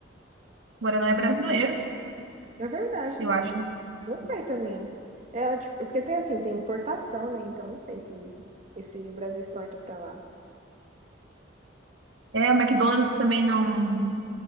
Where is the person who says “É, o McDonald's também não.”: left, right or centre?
Right